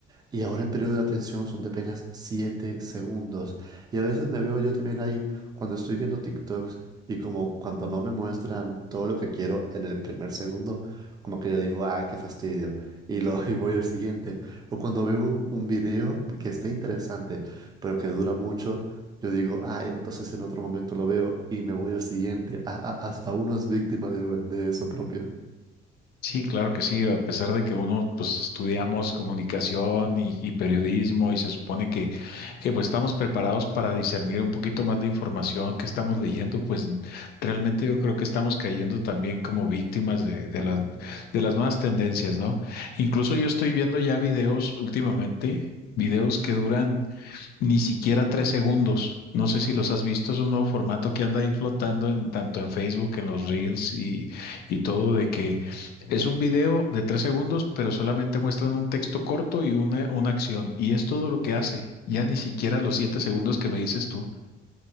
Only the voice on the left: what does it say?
Sí, claro que sí, a pesar de que uno pues estudiamos comunicación y, y periodismo y se supone que, que pues estamos preparados para discernir un poquito más la información que estamos leyendo, pues realmente yo creo que estamos cayendo también como víctimas de, de las, de las nuevas tendencias, ¿no? Incluso yo estoy viendo ya videos últimamente, videos que duran ni siquiera tres segundos. No sé si los has visto, es un nuevo formato que anda ahí flotando en tanto en Facebook, en los Reels y, y todo, de que es un video de tres segundos, pero solamente muestran un texto corto y una, una acción. Y es todo lo que hace. Ya ni siquiera los siete segundos que me dices tú.